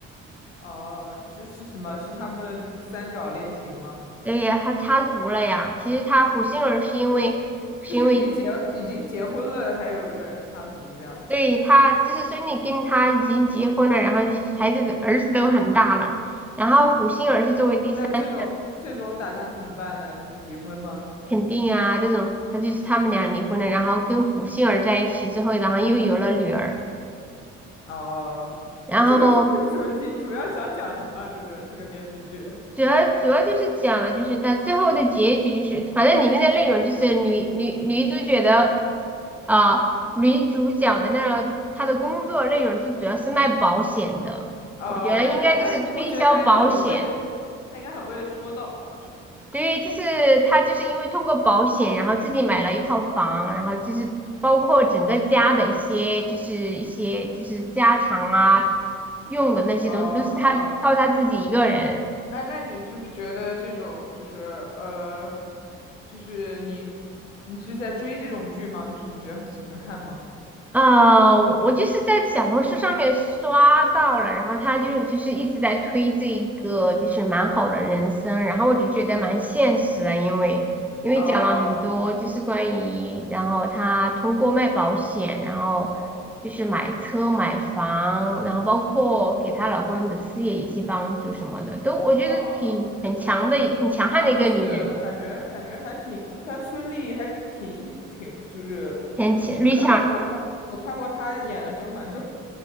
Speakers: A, on the left; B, in the centre.
A: 哦，这是什么？是他们的就是三角恋情吗？
B: 对呀，他插足了呀。其实他胡杏儿是因为，是因为
A: 就是已经结已经结婚了，还有一个人插足这样吗？
B: 对他就是孙俪跟他已经结婚了，然后孩子的儿子都很大了，然后胡杏儿是作为第三
A: 那这种这种打算怎么办呢？就是离婚吗？
B: 肯定啊这种，那就是他们俩离婚了，然后跟胡杏儿在一起之后，然后又有了女儿，
A: 哦，
B: 然后
A: 那这个是 <laughs> 主题主要想讲什么啊？这个这个电视剧？
B: 主要主要就是讲了，就是到最后的结局，就是反正里面的内容就是女女女主角的啊、女主角的那个她的工作内容就主要是卖保险的，
A: 哦，
B: 我觉得应该就是推销保险。
A: 那他应该，我觉得他应该很会，他应该很会说到吧？我觉得。
B: 对，就是她就是因为通过保险，然后自己买了一套房，然后就是包括整个家的一些就是一些就是家常啊用的那些东西，
A: 哦哦，
B: 都是她靠她自己一个人。
A: 呃哎，那你就是觉得这种就是呃，就是你你是在追这种剧吗？就是你觉得喜欢看吗？
B: 呃，我就是在小红书上面刷到了，然后他就就是一直在推这一个就是蛮好的人生，然后我就觉得蛮现实的，因为因为讲了很多就是关于，
A: 啊、
B: 然后他通过卖保险，然后就是买车买房，
A: 哦
B: 然后包括给她老公的事业一些帮助什么的，都我觉得挺很强的，
A: 哦
B: 很强悍的一个女人，
A: 啊，是，我感觉我感觉还挺，我感觉孙俪还挺挺，就是
B: 很强，
A: 我看过我看我看过她演的《甄嬛传》，
B: 女强